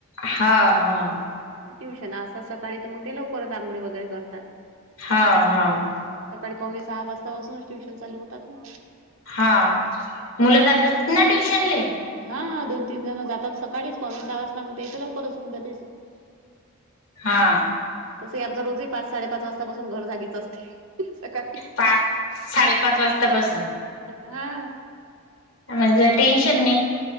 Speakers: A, on the left; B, on the right.
A: हां हां.
B: ट्युशन असतात सकाळी तर मग ते लवकरच आंघोळी वगैरे करतात.
A: हां हां.
B: सकाळी पावणे सहा वाजता पासूनच ट्युशन चालू होतात ना.
A: हां मुलं जातात ना ट्युशनले.
B: हां दोन, तीन जण जातात सकाळीच पावणे सहा वाजता मग त्याचं लवकरच होऊन जाते.
A: हां.
B: तसेही आमच रोजही पाच साडेपाच वाजतापासून घर जागीच असते सकाळी.
A: पाच साडेपाच वाजतापसून.
B: हा
A: म्हणजे टेन्शन नाही.